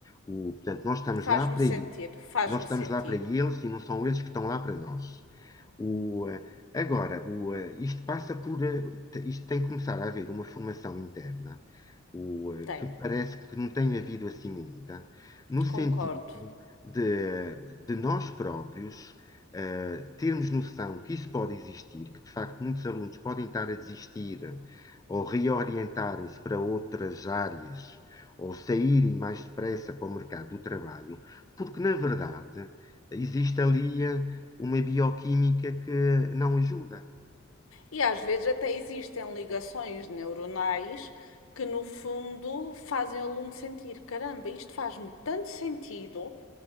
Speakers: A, on the left; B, on the left.
A: O, portanto, nós estamos
B: Faz-me
A: lá para
B: sentido,
A: e-
B: faz-me
A: nós estamos
B: sentido.
A: lá para eles e não são eles que estão lá para nós. O, eh, agora, o, eh, isto passa por, eh, isto tem que começar a haver uma formação interna o, eh,
B: Tem,
A: que parece que não tem havido assim muita, no sentido
B: concordo.
A: de, de nós próprios eh, termos noção que isso pode existir, que de facto muitos alunos podem estar a desistir ou reorientarem-se para outras áreas ou saírem mais depressa para o mercado do trabalho, porque na verdade existe ali eh, uma bioquímica que não ajuda.
B: E às vezes até existem ligações neuronais que no fundo fazem o aluno sentir, caramba, isto faz-me tanto sentido